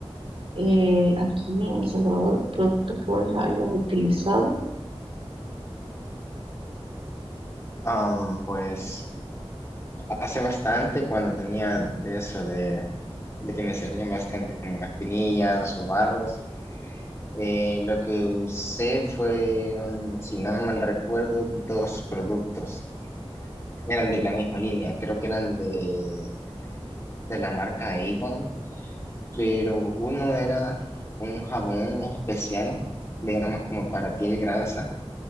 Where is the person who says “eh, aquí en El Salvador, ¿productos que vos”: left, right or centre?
Right